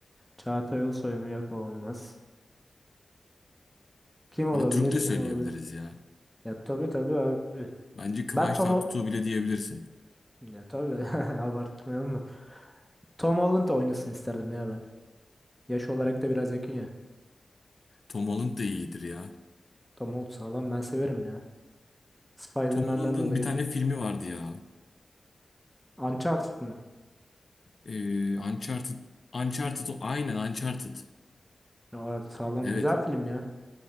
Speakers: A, in the centre; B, on the left.
A: Çağatay Ulusoy mu? Yok o olmaz. Kim olabilir?
B: Ha, Türk de
A: Kim
B: söyleyebiliriz
A: olabilir?
B: ya.
A: Ya tabii tabii abi.
B: Bence Kıvanç
A: Ben Tom
B: Tatlıtuğ
A: Hol-
B: bile diyebilirsin.
A: ya tabii <laughs> abartmayalım da. Tom Holland da oynasın isterdim ya ben. Yaş olarak da biraz yakın ya.
B: Tom Holland da iyidir ya.
A: Tom Holland sağlam ben severim ya. Spider-Man'den
B: Tom Holland'ın
A: dolayı.
B: bir tane filmi vardı ya.
A: Uncharted mı?
B: Ee, Uncharted. Uncharted o. Aynen Uncharted.
A: Aa, sağlam
B: Evet.
A: güzel film ya.